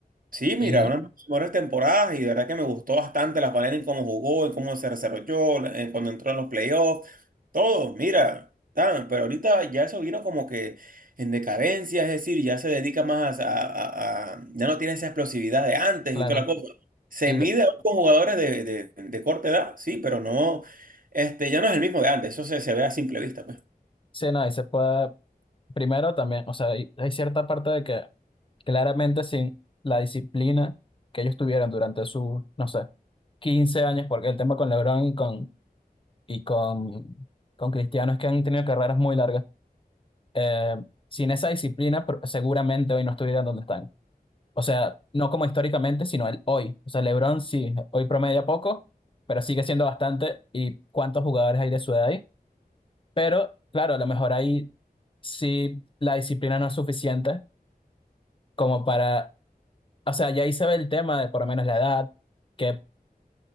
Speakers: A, on the right; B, on the left.
A: Sí, mira,
B: Y
A: una de mis mejores temporadas y de verdad que me gustó bastante la manera en cómo jugó, en cómo se desarrolló, en cuando entró en los playoffs, todo, mira, tan, pero ahorita ya eso vino como que en decadencia, es decir, ya se dedica más a, a- a- ya no tiene esa explosividad de antes
B: claro,
A: y toda la cosa. Se
B: y
A: mide
B: l-
A: ahora con jugadores de, de- de corta edad, sí, pero no, este, ya no es el mismo de antes, eso se, se ve a simple vista, pues.
B: sí, no, y se puede, primero también, o sea, hay hay cierta parte de que Claramente sin la disciplina que ellos tuvieran durante sus, no sé, 15 años, porque el tema con LeBron y con, y con, con Cristiano es que han tenido carreras muy largas. Eh, sin esa disciplina, pr- seguramente hoy no estuvieran donde están. O sea, no como históricamente, sino el hoy. O sea, LeBron sí, hoy promedia poco, pero sigue siendo bastante. ¿Y cuántos jugadores hay de su edad ahí? Pero, claro, a lo mejor ahí sí la disciplina no es suficiente como para O sea, ya ahí se ve el tema de por lo menos la edad, que